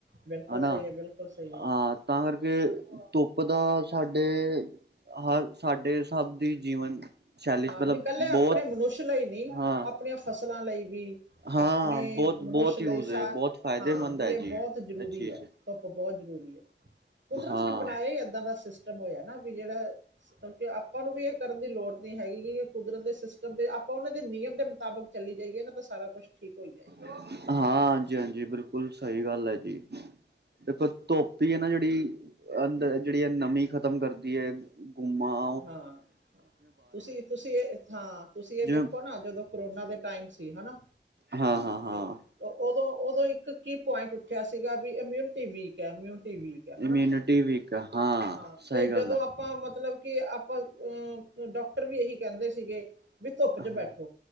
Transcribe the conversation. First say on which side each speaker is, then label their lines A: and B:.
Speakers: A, on the right; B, on the right.
A: ਬਿਲਕੁਲ
B: ਹਨਾ,
A: ਸਹੀ ਹੈ ਬਿਲਕੁਲ ਸਹੀ ਹੈ
B: ਹਾਂ ਤਾਂ ਕਰਕੇ ਧੁਪ ਪ ਦਾ ਸਾਡੇ ਹਰ ਸਾਡੇ ਸਭ ਦੀ ਜੀਵਨ ਸ਼ੈਲੀ ਚ
A: ਹਾਂ,
B: ਮਤਲਬ
A: ਵੀ ਕੱਲੇ
B: ਬਹੁਤ
A: ਅਪਣੇ ਮਨੁਸ਼ ਲਈ ਨਹੀਂ
B: ਹਾਂ
A: ਆਪਣੀਆਂ ਫਸਲਾਂ ਲਈ ਵੀ
B: ਹਾਂ
A: ਅਪਣੇ
B: ਬਹੁਤ
A: ਮਨੁਸ਼
B: ਬਹੁਤ
A: ਲਈ
B: ਯੂਜ
A: ਸਾਹ
B: ਹੈ ਬਹੁਤ ਫਾਇਦੇਮੰਦ
A: ਹਾਂ ਬਈ
B: ਹੈ
A: ਏਹ
B: ਜੀ
A: ਬੌਤ ਜ਼ਰੂਰੀ
B: ਇਹ ਚੀਜ਼
A: ਐ। ਧੁੱਪ ਬੌਤ ਜ਼ਰੂਰੀ ਐ ਕੁਦਰਤ
B: ਹਾਂ
A: ਨੇ ਬਣਾਇਆ ਹੀ ਐਦਾਂ ਦਾ ਸਿਸ ਟਮ ਹੋਯੈ ਨਾ ਬੀ ਜੇੜਾ ਸਕੁਣ ਕੇ ਆਪਾਂ ਨੂੰ ਵੀ ਏ ਕਰਨ ਦੀ ਲੋੜ ਨੀ ਹੈਗੀ ਕਿ ਯੇ ਕੁਦਰਤ ਦੇ ਸਿਮ ਜੰਦੇ, ਆਪਾਂ ਓਨਾਂ ਦੇ ਨਿਯਮ ਦੇ ਮੁਤਾਬਿਕ ਚੱਲੀ ਜਾਈਏ ਨਾ ਤਾ ਸਾਰਾ ਕੁਛ ਠੀਕ ਹੋਈ ਜਾਏਗਾ।
B: ਹਾਂ, ਹਾਂਜੀ-ਹਾਂਜੀ ਬਿਲਕੁਲ ਸਹੀ ਗੱਲ ਹੈ ਜੀ। ਦੇਖੋ ਧੋਪ ਈ ਏ ਨਾ ਜੇੜੀ ਅੰਦ ਜੇੜੀ ਐ ਨਮੀ ਖਤਮ ਕਰਦੀ ਏ ਘੁੰਮਾ
A: ਹਾਂ, ਤੁਸੀਂ ਤੁਸੀਂ ਏਹ ਹਾਂ, ਤੁਸੀਂ ਏ
B: ਜਿਵੇਂ
A: ਦੇਖੋ ਨਾ ਜਦੋਂ ਕਰੋਨਾ ਦੇ ਟਾਈਮ ਸੀ ਹਨਾ,
B: ਹਾਂ ਹਾਂ ਹਾਂ
A: ਤੇ ਤੇ ਓਦੋਂ ਓਦੋਂ ਇੱਕ ਕੀ ਪੁਆਇੰਟ ਉੱਠਿਆ ਸੀਗਾ ਬੀ ਇਮਿਊਨਿਟੀ ਵੀਕ ਹੈ, ਇਮਿਊਨਿਟੀ ਵੀਕ ਹੈ
B: ਇਮਿਊਨਿਟੀ
A: ਹਨਾ
B: ਵੀਕ ਆ, ਹਾਂ।
A: ਹਾਂ,
B: ਸਹੀ
A: ਤੇ
B: ਗੱਲ
A: ਜਦੋਂ
B: ਆ
A: ਆਪਾਂ ਮਤਲਬ ਕਿ ਆਪਾਂ ਅ ਡਾਕਟਰ ਵੀ ਏਹੀ ਕੈੰਦੇ ਸੀਗੇ। ਵੀ ਧੁੱਪ
B: ਹਾਂ
A: ਚ ਬੈਠੋ,